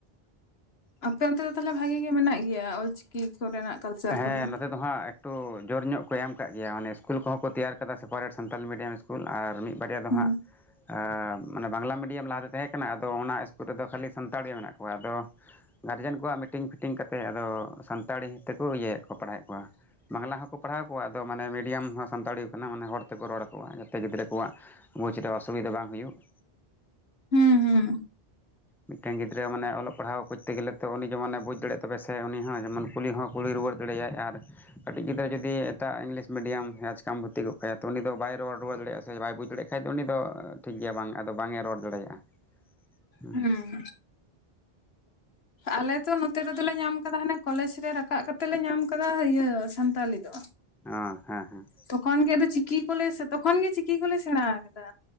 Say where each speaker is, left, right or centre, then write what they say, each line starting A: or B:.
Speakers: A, on the left (about 80°); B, in the centre.
A: ᱟᱯᱮ ᱚᱱᱛᱮ ᱫᱚ ᱛᱟᱞᱦᱮ ᱵᱷᱟᱜᱤ ᱜᱮ ᱢᱮᱱᱟᱜ ᱜᱮᱭᱟ ᱚᱞ ᱪᱤᱠᱤ ᱠᱚᱨᱮᱱᱟᱜ ᱠᱟᱞᱪᱟᱨ
B: ᱦᱮᱸ
A: ᱠᱚᱫᱚ
B: ᱱᱚᱛᱮ ᱫᱚ ᱦᱟᱸᱜ ᱮᱠᱴᱩ ᱡᱳᱨ ᱧᱚᱜ ᱠᱚ ᱮᱢ ᱟᱠᱟᱜ ᱜᱮᱭᱟ ᱢᱟᱱᱮ ᱤᱥᱠᱩᱞ ᱠᱚᱦᱚᱸ ᱠᱚ ᱛᱮᱭᱟᱨ ᱠᱟᱫᱟ separate Santali medium school ᱟᱨ ᱢᱤᱫ ᱵᱟᱨᱮᱭᱟ ᱫᱚ
A: ᱦᱮᱸ
B: ᱦᱟᱸᱜ ᱟᱸ ᱵᱟᱝᱞᱟ ᱢᱤᱰᱤᱭᱟᱢ ᱞᱟᱦᱟᱛᱮ ᱛᱟᱦᱮᱸᱠᱟᱱᱟ ᱟᱫᱚ ᱚᱱᱟ ᱤᱥᱠᱩᱞ ᱨᱮᱫᱚ ᱠᱷᱟᱹᱞᱤ ᱥᱟᱱᱛᱟᱲ ᱜᱮ ᱢᱮᱱᱟᱜ ᱠᱚᱣᱟ ᱟᱫᱚ ᱜᱟᱨᱡᱮᱱ ᱠᱚᱣᱟᱜ ᱢᱤᱴᱤᱝ ᱯᱷᱤᱴᱤᱝ ᱠᱟᱛᱮᱫ ᱟᱫᱚ ᱥᱟᱱᱛᱟᱲᱤ ᱛᱮᱠᱚ ᱤᱭᱟᱹᱭ ᱠᱚ ᱯᱟᱲᱦᱟᱣᱮᱫ ᱠᱚᱣᱟ ᱵᱟᱝᱞᱟ ᱦᱚᱸᱠᱚ ᱯᱟᱲᱦᱟᱣ ᱠᱚᱣᱟ ᱟᱫᱚ ᱢᱟᱱᱮ ᱢᱤᱰᱤᱭᱟᱢ ᱦᱚᱸ ᱥᱟᱱᱛᱟᱲᱤ ᱠᱟᱱᱟ ᱢᱟᱱᱮ ᱦᱚᱲ ᱛᱮᱠᱚ ᱨᱚᱲ ᱟᱠᱚᱣᱟ ᱡᱟᱛᱮ ᱜᱤᱫᱽᱨᱟᱹ ᱠᱚᱣᱟᱜ ᱵᱩᱸᱡᱽᱨᱮ ᱚᱥᱩᱵᱤᱫᱷᱟ ᱵᱟᱝ ᱦᱩᱭᱩᱜ ᱦᱩᱸ
A: ᱦᱩᱸ ᱦᱩᱸ
B: ᱢᱤᱫᱴᱮᱱ ᱜᱤᱫᱽᱨᱟᱹ ᱢᱟᱱᱮ ᱚᱞᱚᱜ ᱯᱟᱲᱦᱟᱣ ᱠᱚᱨᱛᱮ ᱜᱮᱞᱮ ᱛᱚ ᱩᱱᱤ ᱡᱮᱢᱚᱱᱮ ᱵᱩᱡᱽ ᱫᱟᱲᱮᱭᱟᱜ ᱫᱚᱵᱮ ᱥᱮ ᱩᱱᱤ ᱦᱚᱸ ᱡᱮᱢᱚᱱ ᱠᱩᱞᱤᱳᱦᱚ ᱠᱩᱞᱤ ᱨᱩᱣᱟᱹᱲ ᱫᱟᱲᱮᱭᱟᱭ ᱟᱨ ᱠᱟᱹᱴᱤᱡ ᱜᱤᱫᱽᱨᱟᱹ ᱡᱩᱫᱤ ᱮᱴᱟᱜ ᱤᱝᱞᱤᱥ ᱢᱤᱰᱤᱭᱟᱢ ᱥᱮ ᱟᱪᱠᱟ ᱵᱷᱚᱨᱛᱤ ᱠᱚᱜ ᱠᱟᱭᱟ ᱩᱱᱤ ᱫᱚ ᱵᱟᱹᱭ ᱨᱚᱲ ᱨᱩᱣᱟᱹᱲ ᱫᱟᱲᱮᱼᱟ ᱥᱮ ᱵᱩᱡᱽ ᱫᱟᱲᱮᱭᱟᱜᱼᱟ᱾ ᱵᱟᱠᱷᱟᱡ ᱫᱚ ᱩᱱᱤ ᱫᱚ ᱴᱷᱤᱠ ᱜᱮᱭᱟ ᱵᱟᱝ ᱟᱫᱚ ᱵᱟᱝ ᱮ ᱨᱚᱲ ᱫᱟᱲᱮᱭᱟᱜᱼᱟ ᱦᱩᱸ
A: ᱦᱮᱸ ᱟᱞᱮ ᱛᱚ ᱱᱚᱛᱮ ᱨᱮᱫᱚ ᱟᱞᱮ ᱧᱟᱢ ᱟᱠᱟᱫᱟ ᱦᱟᱱᱮ ᱠᱚᱞᱮᱡᱽ ᱨᱮ ᱨᱟᱠᱟᱵ ᱠᱟᱛᱮᱜ ᱞᱮ ᱧᱟᱢ ᱟᱠᱟᱫᱟ ᱤᱭᱟᱹ ᱥᱟᱱᱛᱟᱞᱤ ᱫᱚ᱾
B: ᱳᱸ ᱦᱮᱸ ᱦᱮᱸ
A: ᱛᱚᱠᱷᱚᱱ ᱜᱮ ᱟᱫᱚ ᱪᱤᱠᱤ ᱠᱚᱞᱮ ᱛᱚᱠᱷᱚᱱ ᱜᱮ ᱪᱤᱠᱤ ᱠᱚᱞᱮ ᱥᱮᱬᱟ ᱟᱠᱟᱫᱟ᱾